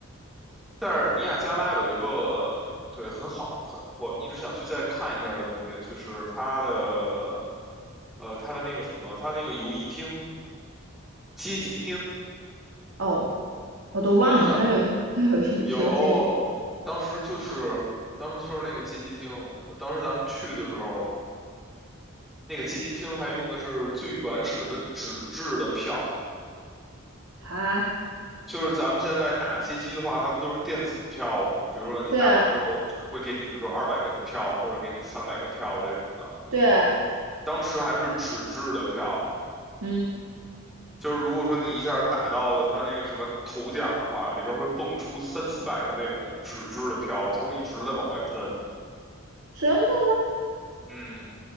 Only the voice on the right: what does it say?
哦，我都忘了，
那儿有那儿有 <laughs> 有秋这
啊？
对啊
对啊，
嗯，
真的